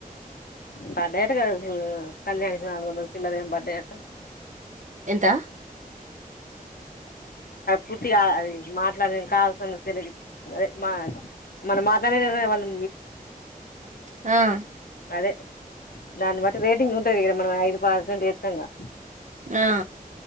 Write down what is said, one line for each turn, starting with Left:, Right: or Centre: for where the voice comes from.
Left: పద్దయట గద పన్నెండు నాలుగందల చిల్లారెమ్ పడ్డయట
Right: ఎంత
Left: పూర్తి కాలే అది మాట్లాడిన కాల్స్ అదే మా మనం మాట్లాడేది వాళ్ళు
Right: ఆ
Left: అదె దాన్ని బట్టి రేటింగ్ ఉంటుంది గా మనం ఐదు పర్సెంట్ ఏస్తంగా
Right: ఆ